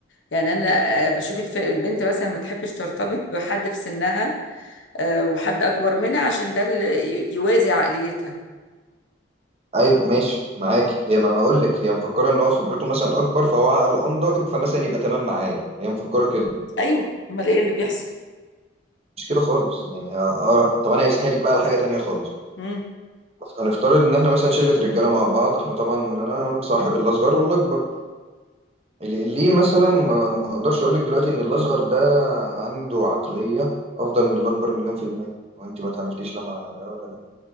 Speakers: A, on the left; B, on the right.
A: يعني انا آه، بشوف الف- البنت مثلا ما تحبش ترتبط بحد في سنها آه، وحد اكبر منها عشان ده اللي ي- يوازي عقليتها
B: ايوه ماشي معاك هي ما انا هقول لك هي مفكره ان هو خبرته مثلا اكبر فهو عقله انضج فمثلا يبقى تمام معايا هي مفكره كده
A: ايوه امال ايه اللي بيحصل
B: مش كده خالص يعني ها... آه... طب انا هسهلك بقى على حاجه تانية خالص
A: امم
B: هنفترض ان احنا مثلا شله رجاله مع بعض احنا طبعا انا مصاحب الاصغر والاكبر ليه مثلا ما ما اقدرش اقول لك دلوقتي ان الاصغر ده عنده عقليه افضل من الاكبر مليون في الميه وانت ما تعملتيش لا مع ده ولا ده